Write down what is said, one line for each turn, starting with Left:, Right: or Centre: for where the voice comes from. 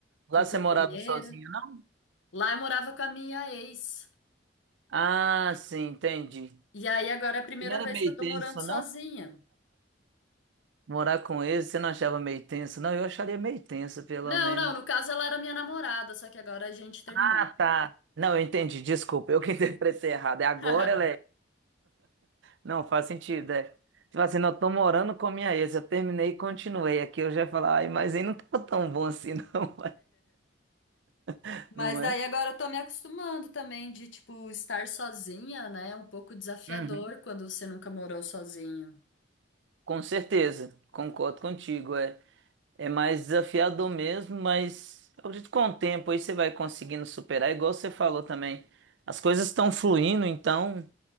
Right: Lá
Left: com
Right: você
Left: companheira.
Right: morava sozinho, não?
Left: Lá eu morava com a minha ex.
Right: Ah, sim, entendi.
Left: E aí agora é a primeira
Right: Você não era
Left: vez
Right: meio
Left: que eu tô
Right: tenso,
Left: morando sozinha.
Right: não? Morar com eles, você não achava meio tenso? Não, eu acharia meio tenso, pelo
Left: Não,
Right: menos.
Left: não, no caso ela era minha namorada, só que agora a gente terminou.
Right: Ah, tá. Não, eu entendi, desculpa, eu que <laughs> interpretei errado. É agora
Left: <laughs>
Right: ela é. Não, faz sentido, é. Tipo assim, não, eu tô morando com a minha ex, eu terminei e continuei. Aqui eu já ia falar, ai, mas aí não tava tão bom assim, não, <laughs>
Left: Mas
Right: não
Left: daí
Right: é?
Left: agora eu tô me acostumando também de, tipo, estar sozinha, né? Um pouco desafiador
Right: Uhum.
Left: quando você nunca morou sozinho.
Right: Com certeza, concordo contigo, é. É mais desafiador mesmo, mas eu acredito que com o tempo aí você vai conseguindo superar, igual você falou também. As coisas estão fluindo, então.